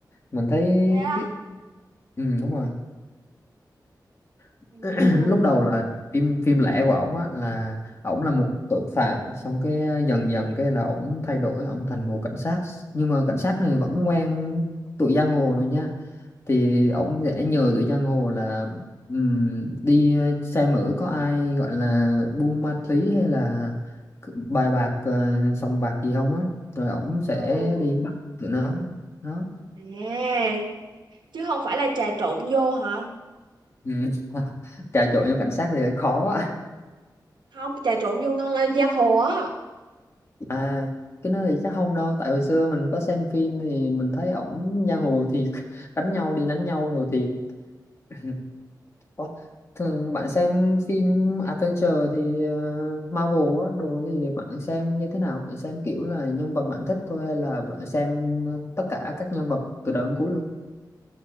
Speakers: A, on the left; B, on the right.
A: mình thấy
B: Thế à?
A: cái Ừ, đúng rồi. <clears throat>
B: Ừ.
A: Lúc đầu là phim phim lẻ của ổng á là ổng là một tội phạm xong cái ờ, dần dần cái là ổng thay đổi ổng thành một cảnh sát nhưng mà cảnh sát này vẫn quen tụi giang hồ rồi nha thì ổng sẽ nhờ tụi giang hồ là ừm, đi ờ, xem thử có ai gọi là buôn ma túy hay là bài bạc ờ, sòng bạc gì không á rồi ổng sẽ
B: Ừ.
A: đi bắt tụi nó đó
B: À, chứ không phải là trà trộn vô hả?
A: ừ. <laughs> trà trộn vô cảnh sát thì hơi khó
B: Không, trà trộn vô ngân- ờ, giang hồ á.
A: À cái đó thì chắc không đâu tại hồi xưa mình có xem phim thì mình thấy ổng giang hồ thiệt <laughs> đánh nhau đi đánh nhau rồi thiệt <laughs> <coughs> Ủa, thường bạn xem phim adventure thì ờ, Marvel á đồ thì bạn xem như thế nào bạn xem kiểu là nhân vật bạn thích thôi hay là bạn xem tất cả các nhân vật từ đầu đến cuối luôn